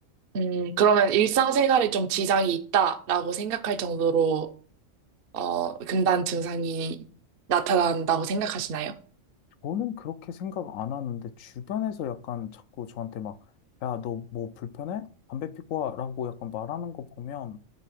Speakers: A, on the right; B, on the left.
A: 음, 그러면 일상생활에 좀 지장이 있다라고 생각할 정도로 어, 금단 증상이 나타난다고 생각하시나요?
B: 저는 그렇게 생각 안 하는데, 주변에서 약간 자꾸 저한테 막, 야, 너 뭐 불편해? 담배 피고 와? 라고 약간 말하는 거 보면,